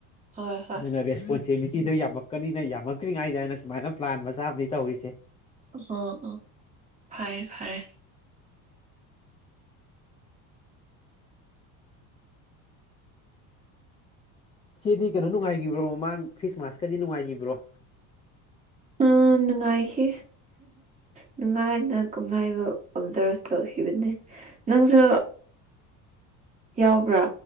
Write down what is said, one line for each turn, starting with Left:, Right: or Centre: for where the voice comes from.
Right: ꯍꯣꯏ ꯍꯣꯏ
Left: ꯑꯗꯨꯅ ꯀꯦꯕꯤꯇꯤꯗꯣ ꯌꯥꯝꯃꯛꯀꯅꯤꯅ ꯌꯥꯝꯃꯛꯇ꯭ꯔꯤꯉꯩꯗꯅ ꯁꯨꯃꯥꯏꯅ ꯄ꯭ꯂꯥꯟ ꯃꯆꯥ ꯑꯃꯅꯤ ꯇꯧꯔꯤꯁꯦ
Right: ꯑꯣ ꯑꯣ ꯐꯔꯦ ꯐꯔꯦ
Left: ꯁꯤꯗꯤ ꯀꯩꯅꯣ ꯅꯨꯡꯉꯥꯏꯒꯤꯕ꯭ꯔꯣ ꯃꯃꯥꯡ ꯈ꯭ꯔꯤꯁꯃꯥꯁꯀꯗꯤ ꯅꯨꯡꯉꯥꯏꯒꯤꯕ꯭ꯔꯣ
Right: ꯎꯝ ꯅꯨꯡꯉꯥꯏꯈꯤ ꯅꯨꯡꯉꯥꯏꯅ ꯀꯨꯝꯍꯩꯕꯨ ꯑꯣꯕꯖꯥꯔꯚ ꯇꯧꯈꯤꯕꯅꯦ ꯅꯪꯁꯨ ꯌꯥꯎꯕ꯭ꯔꯥ